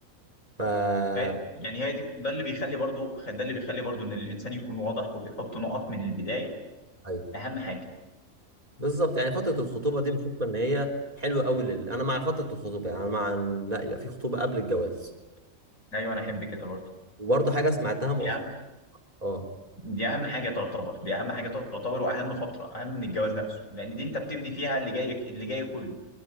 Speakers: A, on the right; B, on the left.
A: ف
B: هي- يعني هي دي ده اللي بيخلي برضو ده اللي بيخلي برضو ان الانسان يكون واضح وبيحط نقط من البدايه
A: ايوه
B: اهم حاجه
A: بالظبط يعني فتره الخطوبه دي بشوف ان هي حلوه قوي لل... انا مع فتره الخطوبه يعني أنا مع ان لا يبقى في خطوبه قبل الجواز
B: ايوه انا احب كده برضه
A: وبرضه حاجه سمعتها مؤخرا
B: دي اهم
A: اه
B: دي اهم حاجه تعتبر دي اهم حاجه تعتبر واهم فتره اهم من الجواز نفسه لان دي انت بتبني فيها اللي جاي اللي جاي كله